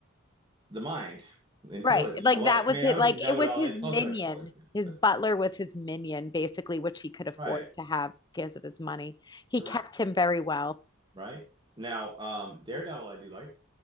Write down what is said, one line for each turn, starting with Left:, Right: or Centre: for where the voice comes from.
Right: the mind, intelligent.
Left: Right,
Right: You
Left: like
Right: know, like
Left: that was
Right: I mean,
Left: it.
Right: I would
Left: Like
Right: know
Left: it was
Right: it all.
Left: his
Right: It's
Left: minion.
Right: also intelligent,
Left: His
Right: but
Left: butler was his minion, basically, which he could afford
Right: right.
Left: to have because of his money. He
Right: Correct.
Left: kept him very well.
Right: Right. Now, um, Daredevil, I do like,